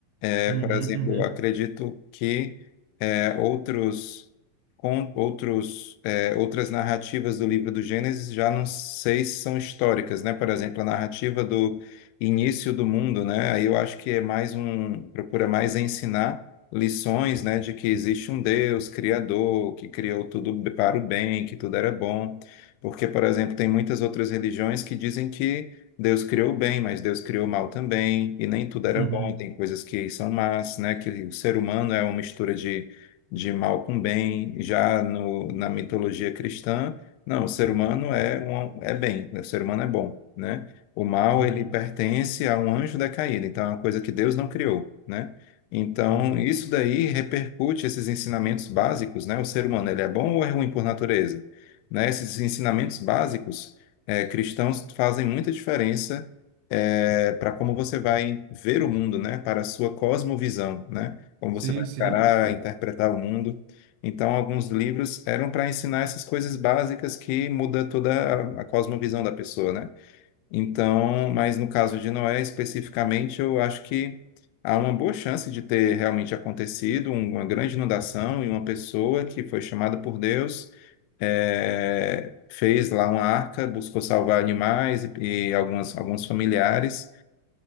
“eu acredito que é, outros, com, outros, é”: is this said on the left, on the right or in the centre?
Left